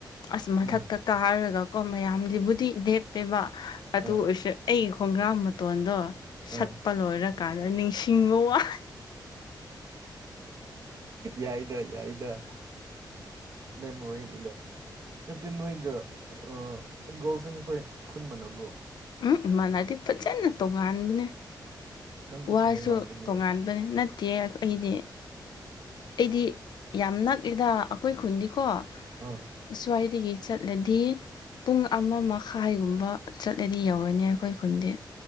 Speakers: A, on the left; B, on the right.
A: ꯑꯁ ꯃꯊꯛꯛꯇ
B: ꯎꯝ
A: ꯀꯥꯔꯒꯀꯣ ꯃꯌꯥꯝ ꯗꯤꯕꯨꯇꯤ ꯂꯦꯞꯄꯦꯕ ꯑꯗꯨ
B: ꯑꯥ
A: ꯑꯣꯏꯁꯨ ꯑꯩꯒꯤ ꯈꯣꯡꯒ꯭ꯔꯥ ꯃꯇꯣꯟꯗꯣ ꯁꯠꯄ
B: ꯑꯥ
A: ꯂꯣꯏꯔꯀꯥꯟꯗ ꯅꯤꯡꯁꯤꯡꯕ ꯋꯥ
B: ꯌꯥꯏꯗ ꯌꯥꯏꯗ ꯃꯦꯃꯣꯔꯤꯅꯤꯗ ꯅꯠꯇ ꯅꯣꯣꯏꯒ ꯑ ꯒꯣꯜꯁꯟ ꯈꯣꯏ ꯈꯨꯟ ꯃꯅꯕ꯭ꯔꯣ꯫
A: ꯎꯝ ꯃꯥꯟꯅꯗꯦ ꯐꯖꯅ ꯇꯣꯉꯥꯟꯕꯅꯦ
B: ꯅꯪꯁꯨ
A: ꯋꯥꯁꯨ
B: ꯇꯃꯦꯡꯂꯣꯡꯗꯒꯤ
A: ꯇꯣꯉꯥꯟꯕ ꯅꯠꯇꯤ ꯌꯦ ꯑꯩꯗꯤ ꯑꯩꯗꯤ ꯌꯥꯝ ꯅꯛꯏꯗ ꯑꯩꯈꯣꯏ ꯈꯨꯟꯗꯤꯀꯣ꯫
B: ꯑ
A: ꯑꯁ꯭ꯋꯥꯏꯗꯒꯤ ꯆꯠꯂꯗꯤ ꯄꯨꯡ ꯑꯃ ꯃꯈꯥꯏꯒꯨꯝꯕ ꯆꯠꯂꯗꯤ ꯌꯧꯔꯅꯤ ꯑꯩꯈꯣꯏ ꯈꯨꯟꯗꯤ